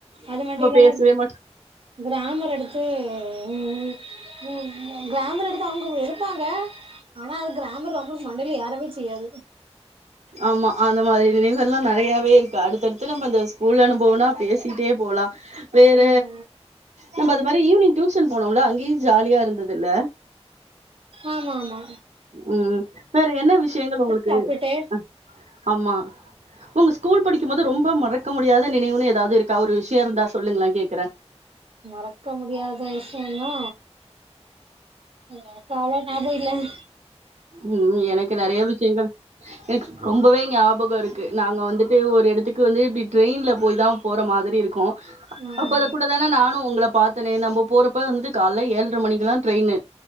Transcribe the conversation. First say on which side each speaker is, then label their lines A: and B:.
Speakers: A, on the right; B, on the right.
A: அது மட்டுஇல்லாம
B: பேசவே மாட்
A: கிராமர் எடுத்து உ உ ம் ம் கிராமர் எடுத்து அவுங்க எடுப்பாங்க ஆனா அது கிராமர் ரொம்ப மண்டைல ஏறவே செய்யாது
B: ஆமா அந்தமாரி நினைவுகல்லா நெறையாவே இருக்கு அடுத்தடுத்து நம்ம இந்த ஸகூல் அனுபவன்னா பேசிட்டே போலா வேற
A: ஆமா
B: நம்ம அது மாதிரி ஈவ்னிங் டியூஷன் போனோல அங்கேயு ஜாலியா இருந்துதுல்ல
A: ஆமாமா
B: ம் வேற என்ன விஷியங்கள் ஒங்களுக்கு
A: சாப்டுட்டு
B: ம் ஆமா ஒங்க ஸ்கூல் படிக்குபோது ரொம்போ மறக்க முடியாத நினைவுன்னு ஏதாது இருக்கா ஒரு விஷியோருந்தா சொல்லுங்ளே கேக்குற
A: மறக்க முடியாத விஷியனா எனக்கு அவ்ளவா ஞாபகோ இல்லிங்க
B: ம் எனக்கு நெறைய விஷயங்கள் எனக்கு ரொம்பவே ஞாப கொ இருக்கு நாங்க வந்துட்டு ஒரு எடத்துக்கு வந்து இப்டி ட்ரெயின்ல போயிதா போற மாதிரி இருக்கு
A: ஆ
B: அப்ப
A: ஆ.
B: அத கூடதான நானு ஒங்கள பாத்தனே நம்ம போறப்ப வந்துட்டு காலல ஏழர மணிக்குல்லா ட்ரெயினு